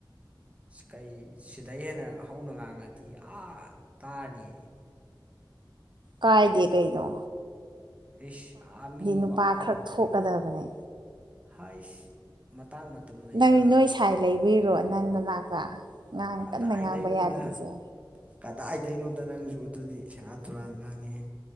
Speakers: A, on the right (about 15°); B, on the right (about 65°).
A: ꯀꯩ ꯁꯤꯗꯩ ꯍꯦꯟꯅ ꯍꯧꯅ ꯉꯥꯡꯉꯗꯤ ꯑꯥ ꯇꯥꯔꯅꯤ
B: ꯀꯥꯏꯗꯦ ꯀꯩꯩꯅꯣ꯫
A: ꯍꯁ ꯑꯃꯤ
B: ꯅꯨꯄꯥ
A: ꯋꯥꯋꯥ
B: ꯈꯔ
A: ꯂꯑꯣꯒꯩ
B: ꯊꯣꯛꯀꯗꯕꯅꯦ
A: ꯍꯥꯏꯁ꯫ ꯃꯇꯥꯡ ꯃꯇꯝ ꯂꯩꯗ
B: ꯅꯪ ꯅꯣꯏ ꯁꯥꯏ ꯂꯩꯕꯩꯔꯣ ꯅꯪ ꯅꯅꯛꯇ ꯉꯥꯡ
A: ꯀꯗꯥꯏꯗꯩꯅꯣꯗ
B: ꯀꯟꯅ ꯉꯥꯡꯕ ꯌꯥꯗ꯭ꯔꯤꯁꯦ꯫
A: ꯀꯗꯥꯏꯗꯩꯅꯣꯗ ꯅꯪꯁꯨ ꯑꯗꯨꯗꯤ ꯁꯦꯔꯥꯟ ꯊꯨꯔꯥꯟ ꯉꯥꯡꯉꯤꯍꯦ꯫